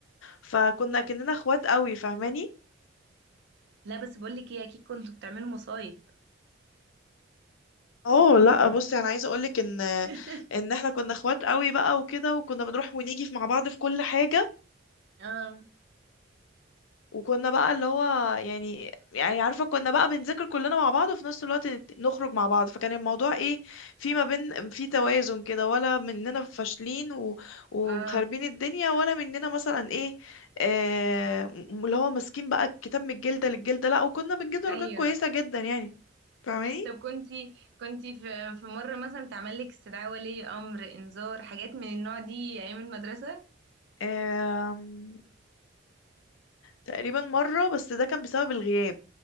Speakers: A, on the left; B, on the right.
A: فكنا كأننا اخوات قوي فاهماني
B: لا بس بقول لك ايه اكيد كنتوا بتعملوا مصايب
A: اه لا بصي انا عايزه اقولك ان
B: <laughs>
A: ان احنا كنا اخوات قوي بقى وكده وكنا بنروح ونيجي مع بعض في كل حاجه
B: اه
A: وكنا بقى اللي هو يعني يعني عارفة كنا بقى بنذاكر كلنا مع بعض وفي نفس الوقت نت- نخرج مع بعض فكان الموضوع ايه في ما بين في توازن كده ولا مننا فاشلين و... ومخربين
B: اه
A: الدنيا ولا مننا مثلا ايه آه... م- اللي هو ماسكين بقى الكتاب من الجلدة للجلدة لا وكنا بنجيب درجات
B: ايوه
A: كويسة جدا يعني فاهماني
B: طب كنتي كنتي في في مره مثلا تعمل لك استدعاء ولي امر انذار حاجات من النوع دي ايام المدرسه
A: آم... تقريبا مرة بس ده كان بسبب الغياب